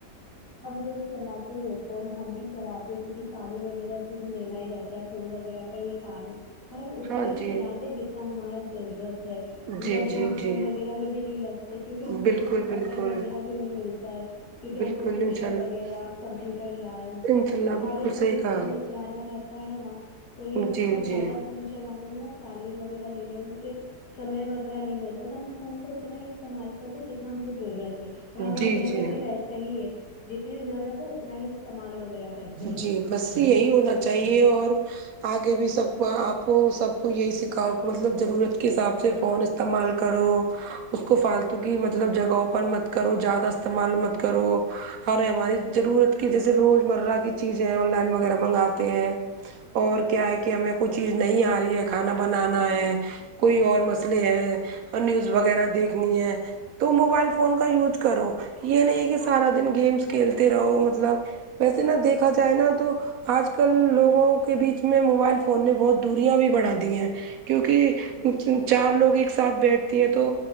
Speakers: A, on the left; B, on the right.
A: اب لوگ چلاتے ہی فون ہم بھی چلاتے کیونکہ تعلیم وغیرہ سے بھی لینا ہی رہتا ہے فون وغیرہ کئی کام ہے پر ہم اتنا
B: ہاں
A: ہی
B: جی
A: چلاتے جتنا ہمارا ضرورت ہے پورا
B: جی
A: دن
B: جی
A: ہم فون
B: جی
A: وغیرہ میں بھی نہیں لگتے کیونکہ ہم کو
B: بالکل
A: اتنا سمئے
B: بالکل
A: وغیرہ بھی نہیں ملتا ہے کیونکہ
B: بالکل
A: ہم کو
B: انشاء
A: ٹیشن
B: اللہ
A: وغیرہ کمپیوٹر کلاس
B: انشاء اللہ
A: کالج
B: بالکل
A: وغیرہ
B: صحیح کہا
A: کے لے جانا رہتا ہے نا تو یہ سب
B: جی
A: کا
B: جی
A: زیادہ فون چلانے میں ن تعلیم وغیرہ لینے میں کہ سمے وغیرہ نہیں ملتا تو ہم فون کو اتنا ہی استعمال کرتے جتنا ہم کو ضرورت ہے اور ہمارے
B: جی
A: گھر
B: جی
A: میں بھی ویسا ہی ہے جتنی ضرورت ہے اتنا ہی استعمال وغیرہ کرتے ہیں
B: جی بس یہی ہونا چاہیے اور آگے بھی سب کو آپ کو سب کو یہی سکھاؤ کہ مطلب ضرورت کے حساب سے فون استعمال کرو اس کو فالتو کی مطلب جگہوں پر مت کرو زیادہ استعمال مت کرو ہر ہماری ضرورت کی جیسے روز مرہ کی چیزیں آن لائن وغیرہ منگاتے ہیں اور کیا ہے کہ ہمیں کوئی چیز نہیں آ رہی ہے کھانا بنانا ہے کوئی اور مسئلے ہے اور نیوز وغیرہ دیکھنی ہے تو موبائل فون کا یوز کرو یہ نہیں کہ سارا دن گیمس کھیلتے رہو مطلب ویسے نہ دیکھا جائے نا تو آج کل لوگوں کے بیچ میں موبائل فون نے بہت دوریاں بھی بڑھا دی ہیں کیونکہ
A: بالکل
B: چچار لوگ ایک ساتھ بیٹھتی ہیں تو